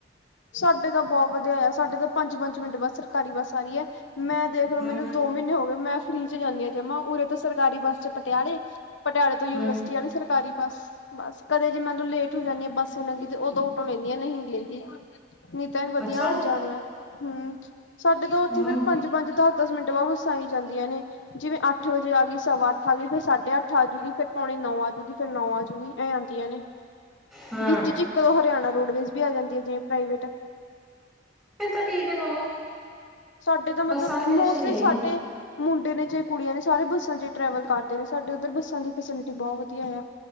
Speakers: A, on the left; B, in the centre.
A: ਸਾਡੇ ਤਾਂ ਬਹੁਤ ਵਧੀਆ ਆ ਸਾਡੇ ਤਾਂ ਪੰਜ ਪੰਜ ਮਿੰਟ ਬੱਸ ਸਰਕਾਰੀ ਬੱਸ ਆ ਰਹੀ ਹੈ ਮੈਂ ਦੇਖ ਲੋ
B: ਹਮ
A: ਮੈਨੂੰ ਦੋ ਮਹੀਨੇ ਹੋ ਗਏ ਮੈਂ ਫ੍ਰਰੀ 'ਚ ਜਾਂਦੀ ਹਾਂ ਜਮਾ ਉਰੇ ਤੋਂ ਸਰਕਾਰੀ ਬੱਸ 'ਚ ਪਟਿਆਲੇ। ਪਟਿਆਲੇ ਤੋਂ ਯੂਨੀਵਰਸਿਟੀ
B: ਹਮ
A: ਵਾਲੀ ਸੜਕ ਘਰੀ ਬਸ ਬਸ ਕਦੇ ਜੇ ਮੈਨੂੰ ਲੇਟ ਹੋ ਜਾਂਦੀ ਆ ਬੱਸ ਇਹਨਾਂ ਤੇ ਉਦੋਂ ਅਟੋ ਲੈਂਦੀ ਨਹੀਂ ਲੈਂਦੀ ਨਹੀਂ ਤਾਂ ਵਧੀਆ
B: ਅੱਛਾ
A: ਆਣ ਜਾਣੇ ਆ ਹੂੰ ਸਾਡੇ ਤਾਂ ਉੱਥੇ
B: ਹਮ
A: ਫੇਰ ਪੰਜ ਪੰਜ ਦਸ ਦਸ ਮਿੰਟ ਵਾ ਬਸਾਂ ਆਈ ਜਾਂਦੀਆਂ ਨੇ। ਜਿਵੇਂ ਅੱਠ ਵਜੇ ਆ ਗਈ ਸਵਾ ਅੱਠ ਆ ਗਈ ਫਿਰ ਸਾਢੇ ਅੱਠ ਆਜੂਗੀ ਫਿਰ ਪੌਣੇ ਨੌ ਆਜੂਗੀ ਫੇਰ ਨੌ ਆਜੂਗੀ ਇਹ ਆਦੀਆਂ ਨੇ
B: ਹਾਂ
A: ਵਿੱਚ ਚ ਇੱਕ ਹਰਿਆਣਾ ਰੋਡਵੇਜ਼ ਵੀ ਆ ਜਾਂਦੀ ਐ ਜ ਪ੍ਰਾਈਵੇਟ
B: ਫਿਰ ਤਾਂ ਠੀਕ ਹੈ ਤੁਹਾਨੂੰ
A: ਸਾਡੇ ਤਾਂ ਮਤਲਬ
B: ਬੱਸਾਂ ਵਾਲੀ ਟੈਨਸ਼ਨ
A: ਮੋਸਟਲੀ
B: ਨਹੀਂ ਹੈਗੀ।
A: ਸਾਡੇ ਮੁੰਡੇ ਨੇ ਚਾਹੇ ਕੁੜੀਆਂ ਨੇ ਸਾਰੇ ਬੱਸਾਂ ਚ ਟਰੈਵਲ ਕਰਦੇ ਨੇ ਸਾਡੇ ਉੱਧਰ ਬੱਸਾਂ ਦੀ ਫੈਸਿਲਿਟੀ ਬਹੁਤ ਵਧੀਆ ਐ।